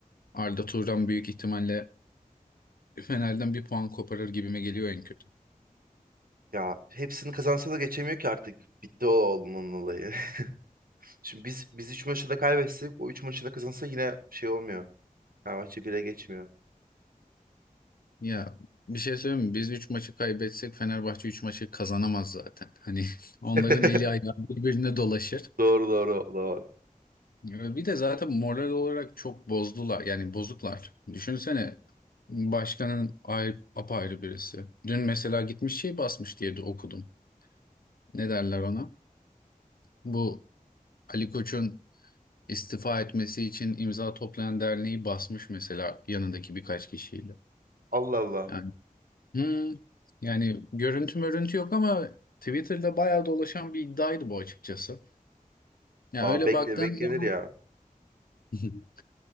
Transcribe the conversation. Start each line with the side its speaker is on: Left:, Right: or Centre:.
Left: Arda Turan büyük ihtimalle <laughs> Fener'den bir puan koparır gibime geliyor en kötü.
Right: Ya hepsini kazansa da geçemiyor ki artık. Bitti o onun olayı. <laughs> Şimdi biz biz 3 maçı da kaybetsek o 3 maçı da kazansa yine şey olmuyor. Fenerbahçe bile geçmiyor.
Left: Ya bir şey söyleyeyim mi? Biz 3 maçı kaybetsek Fenerbahçe 3 maçı kazanamaz zaten. Hani <laughs> onların
Right: <laughs>
Left: eli ayağı birbirine dolaşır.
Right: Doğru doğru o da var.
Left: Ya Bir de zaten moral olarak çok bozdular. Yani bozuklar. Düşünsene başkanın ayrı, apayrı birisi. Dün mesela gitmiş şey basmış diye de okudum. Ne derler ona? Bu Ali Koç'un istifa etmesi için imza toplayan derneği basmış mesela yanındaki birkaç kişiyle.
Right: Allah Allah.
Left: Yani hmm, yani görüntü mörüntü yok ama Twitter'da bayağı dolaşan bir iddiaydı bu açıkçası. Ya
Right: Aa,
Left: öyle
Right: bekle
Left: baktığın
Right: beklenir
Left: zaman
Right: ya.
Left: <laughs>